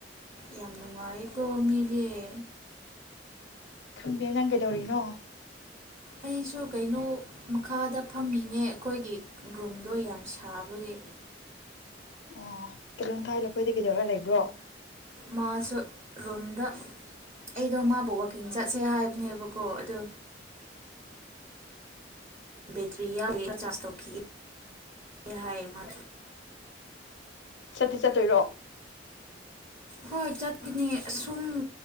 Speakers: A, on the right; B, on the left.
A: ꯌꯥꯝ ꯅꯨꯡꯉꯥꯏꯀ ꯃꯦꯦ
B: ꯈꯪꯗꯦ ꯅꯪꯒꯩꯗꯧꯔꯤꯅꯣ
A: ꯑꯩꯁꯨ ꯀꯩꯅꯣ ꯃꯈꯥꯗ ꯐꯝꯃꯤꯅꯦ ꯑꯩꯈꯣꯏꯒꯤ ꯔꯨꯝꯗꯣ ꯌꯥꯝ ꯁꯥꯥꯕꯒꯤ
B: ꯑꯣ ꯀꯂꯣ ꯊꯥꯏꯂꯈꯣꯏ ꯀꯩꯗꯧꯔ ꯂꯩꯕ꯭ꯔꯣ
A: ꯃꯥꯁꯨ ꯔꯨꯝꯗ ꯑꯩꯗꯣ ꯃꯥꯕꯨ ꯋꯀꯤꯡ ꯆꯠꯁꯦ ꯍꯥꯏꯕꯅꯦꯕꯀꯣ ꯑꯗꯣ ꯕꯦꯇꯔꯤꯌꯥ ꯄ ꯆꯥꯁꯇꯣꯈꯤ ꯌꯥꯍꯥꯏꯃ
B: ꯆꯠꯇꯤ ꯆꯠꯇꯣꯏꯔꯣ
A: ꯍꯣꯏ ꯆꯠꯀꯅꯤ ꯑꯁꯨꯝ